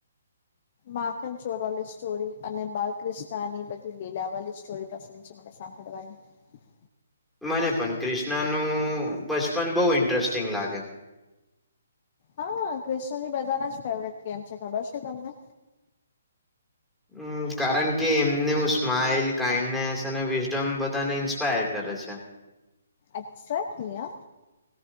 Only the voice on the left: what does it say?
માખડ ચોર વાલી સ્ટોરી અને બાલક્રિષ્ણની બધી લીલા વાળી સ્ટોરી પ્રસંગ છે મને સાંભાળવાની
હા ક્રિષ્ણજી બધાના જ ફેવરેટ ગેમ છે ખબર છે તમને?
એક્સ્ટલીયા